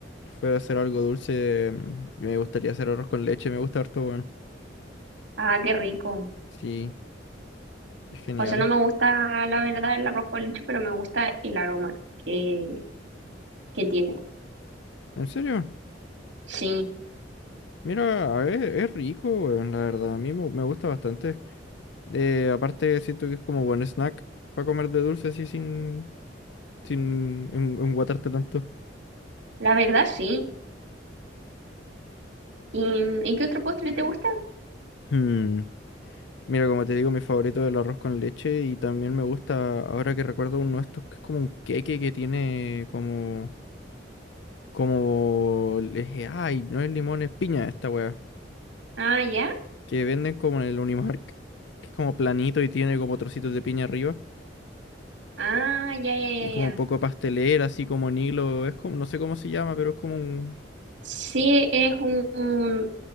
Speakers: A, on the left (about 70°); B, on the right (about 85°).
A: si fuera a hacer algo dulce, mm, me gustaría hacer arroz con leche, me gusta harto, weón.
B: Ah, qué rico.
A: Sí, es genial.
B: O sea, no me gusta la verdad el arroz con leche, pero me gusta el aroma que, que tiene.
A: En serio,
B: Sí,
A: mira, a ver, es rico, weón, la verdad, a mí me, me gusta bastante. Eh, aparte, siento que es como buen snack para comer de dulce así sin, sin en- enguatarte tanto.
B: la verdad sí. ¿Y, ¿y qué otro postre te gusta?
A: <clears throat> Hmm, Mira, como te digo, mi favorito es el arroz con leche y también me gusta, ahora que recuerdo uno de estos que es como un queque que tiene como... Como le dije, ay, no es limón, es piña esta weá.
B: Ah, ya.
A: Que venden como en el Unimark, que es como planito y tiene como trocitos de piña arriba.
B: Ah, ya, ya, ya,
A: Y como
B: ya.
A: un poco pastelera, así como en hilo. Es como, no sé cómo se llama, pero es como un.
B: Sí, es un, un